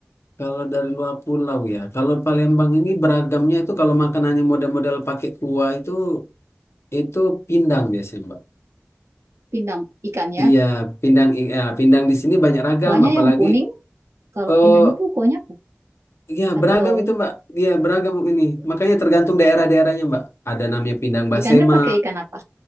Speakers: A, on the left; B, on the right.
A: kalau dari luar pulau ya, kalau Palembang ini beragamnya itu kalau makanannya model-model pakai kuah itu itu pindang biasanya, Mbak.
B: pindang ikannya
A: Iya, pindang i- ya, pindang di sini banyak ragam,
B: Kuahnya
A: apalagi
B: yang kuning, kalau
A: oh
B: pindang itu kuahnya apa?
A: ya
B: Atau
A: beragam itu, Mbak. Iya, beragam ini. Makanya
B: iya,
A: tergantung daerah-daerahnya, Mbak. Ada namanya pindang basema.
B: ikannya pakai ikan apa?